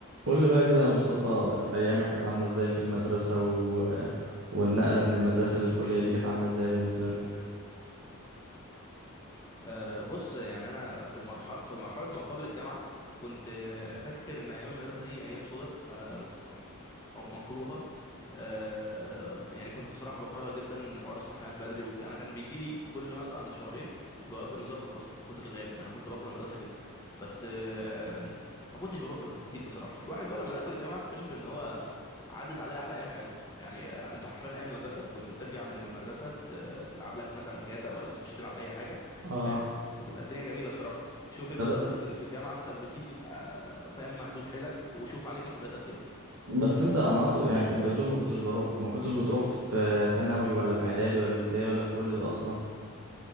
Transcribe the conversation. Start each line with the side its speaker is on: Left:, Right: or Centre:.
Right: قول لي بقى كده يا مصطفى ايامك كانت عامله ازاي في المدرسه و... والنقله من المدرسه للكليه دي كانت عامله ازاي بالنسبه لك
Left: آه، بص يعني انا في المرحله في مرحله ما قبل الجامعه كنت آه، فاكر ان ايام المدرسه دي ايام سودة ما او مكروهه آه، يعني كنت بصراحه بكرهها جدا ان حوار الصحيان بدري وك... انا كان بيجي لي كل مثلا شهرين جواب انذار بالفصل من كتر الغياب انا كنت بكره المدرسه جدا بس آه، ما كنتش بروح ب- كتير بصراحه الواحد بقى لما دخل الجامعه اكتشف ان هو عدت عليه احلى ايام حياته يعني آه، انت حرفيا ايام المدرسه كنت بترجع من المدرسه ت- تلعب لك مثلا جاتا ولا تخش تلعب اي حاجه
Right: اه
Left: فاهم وتبقى الدنيا جميله بصراحه شوف انت
Right: طب
Left: دلوقتي في في الجامعه انت بتيجي بقى فاهم مهدود حيلك وشوف عليك مسؤوليات قد ايه
Right: بس انت انا اقصد يعني انت بتقول ما كنتش بروح ما كنتش بتروح في ثانوي ولا في اعدادي ولا في ابتدائي ولا في كل ده اصلا